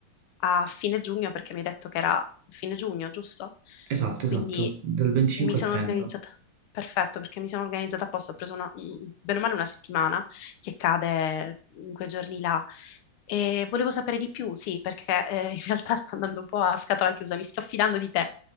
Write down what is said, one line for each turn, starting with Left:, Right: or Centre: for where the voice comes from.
Left: a fine giugno perché mi hai detto che era fine giugno, giusto?
Right: Esatto,
Left: Quindi
Right: esatto, dal 25
Left: mi sono
Right: al 30.
Left: organizzata, perfetto, perché mi sono organizzata apposta, ho preso una, bene o male una settimana che cade in quei giorni là E volevo sapere di più, sì, perché eh, in realtà <laughs> sto andando un po' a scatola chiusa, mi sto affidando di te